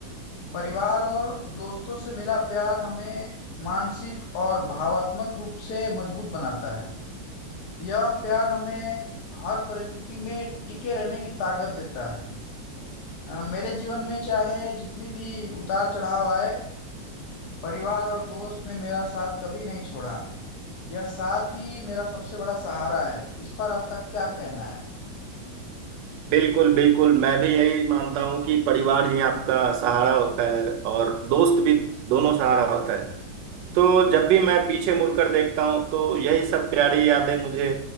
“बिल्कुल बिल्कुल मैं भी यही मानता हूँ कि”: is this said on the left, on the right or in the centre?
Right